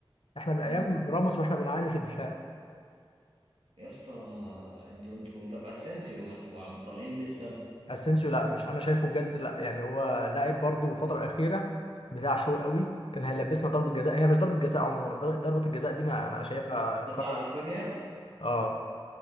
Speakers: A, on the left; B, on the right.
A: احنا من ايام
B: امم
A: راموس واحنا بنعاني في الدفاع
B: يا اسطى انتوا انتوا طب اسينسيو ما انتوا عم طالعين بيه السما
A: اسينسيو لا مش انا شايفه بجد لا يعني هو لاعب برضه الفتره الاخيره بتاع شو قوي كان هيلبسنا ضربه جزاء هي مش ضربه جزاء عموما ضر- ضربه الجزاء دي ما انا شايفها قرار
B: بتاع رافينيا
A: اه